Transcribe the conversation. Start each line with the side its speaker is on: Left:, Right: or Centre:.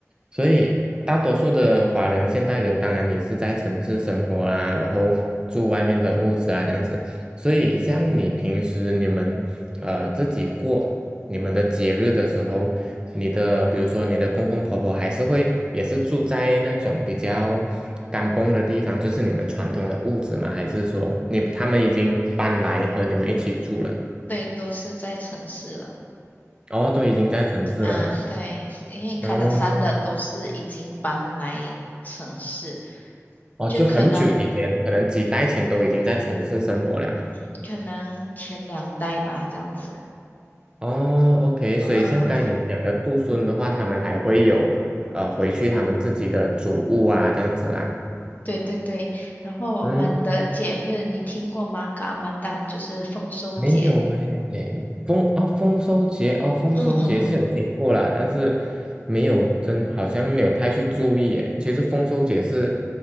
Right: 所以大多数的华人现代人当然也是在城市生活啊，然后住外面的屋子啊这样子，所以像你平时你们呃自己过你们的节日的时候，你的比如说你的公公婆婆还是会也是住在那种比较干崩的地方，就是你们传统的屋子吗？还是说你他们已经搬来和你们一起住了？
Left: 对，都是在城市了
Right: 哦，都已经在城市了啦。
Left: 啊，对，因为卡达山的都是已经搬来城市，
Right: 嗯，哦，
Left: 就可能。
Right: 就很久以前，可能几代前都已经在城市生活了。
Left: 嗯，可能前两代吧，这样子。
Right: 哦，OK，所以像刚才你讲的杜孙的话，
Left: 嗯，
Right: 他们还会有呃回去他们自己的祖屋啊，这样子啦。
Left: 对对对。然后我们的节日你听过吗？
Right: 嗯，
Left: 噶阿玛丹就是丰收节。
Right: 没有诶，丰哦，丰收节哦，丰收节是有听过啦，
Left: 嗯嗯
Right: 但是没有真好像没有太去注意诶。其实丰收节是